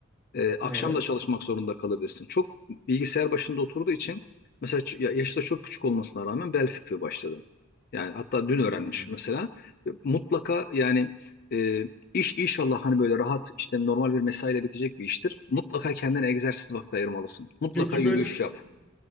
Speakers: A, on the left; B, in the centre.
A: E, akşam
B: Evet.
A: da çalışmak zorunda kalabilirsin. Çok bilgisayar başında oturduğu için mesela ç- ya- yaşı da çok küçük olmasına rağmen bel fıtığı başladı. Yani hatta dün
B: Hmm.
A: öğrenmiş mesela. E, Mutlaka yani e, iş inşallah hani böyle rahat işte normal bir mesaiyle bitecek bir iştir. Mutlaka kendine egzersiz vakti ayırmalısın. Mutlaka
B: Peki
A: yürüyüş
B: böyle
A: yap.